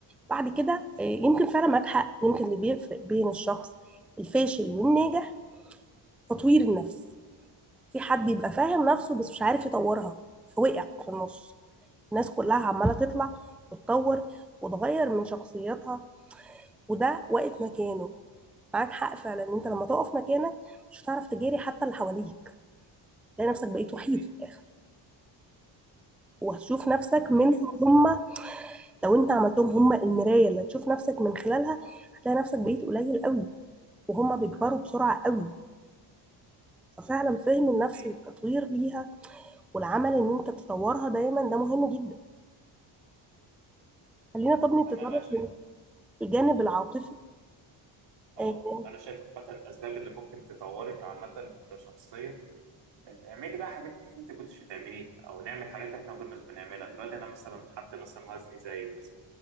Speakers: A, in the centre; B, on the right.
A: بعد كده آه، يمكن فعلا معاك حق يمكن اللي بيفرق بين الشخص الفاشل والناجح تطوير النفس في حد يبقى فاهم نفسه بس مش عارف يطورها فوقع في النص الناس كلها عمالة تطلع وتطور وتغير من شخصيتها وده واقف مكانه معاك حق فعلا ان انت لما تقف مكانك مش هتعرف تجاري حتى اللي حواليك تلاقي نفسك بقيت
B: ده
A: وحيد
B: حقيقي
A: في الاخر وهتشوف نفسك منهم
B: ده حقيقي ده
A: هم لو انت عملتهم هم المرايه اللي هتشوف نفسك من خلالها هتلاقي نفسك بقيت قليل قوي وهم بيكبروا بسرعه قوي ففعلا فهم النفس
B: حقيقي
A: والتطوير ليها والعمل ان انت تطورها دايما ده مهم جدا خلينا طب نتطرق
B: انا بقى شايف
A: للجانب العاطفي
B: اه
A: آه،
B: انا شايف عامه الاسباب اللي ممكن تطورك عامه كشخصيه اعملي بقى حاجات انت كنتش بتعمليها او نعمل حاجات احنا ما كناش بنعملها دلوقتي انا مثلا حد مثلا وزني زايد مثلا